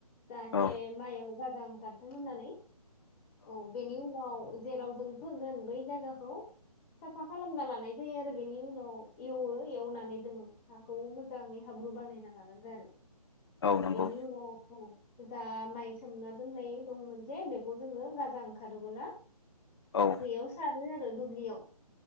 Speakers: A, on the left; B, on the left.
A: जाहाथे
B: औ
A: माइयाव गाजा ओं खारथों होननानै औ बेनि उनाव जेराव जों फोगोन बै जायगाखौ साफा खालामना लानाय जायो आरो बेनि उनाव एवो एवनानै जों हाखौ मोजाङै हाब्रु बानायना लानांगो आरो।
B: औ नंगौ
A: बेनि उनाव औ जा माइ सोमना दोननाय दंमोन जे बेखौ जोङो गाजा ओंखारोबोला
B: औ
A: बैयाव सारो आरो दुब्लियाव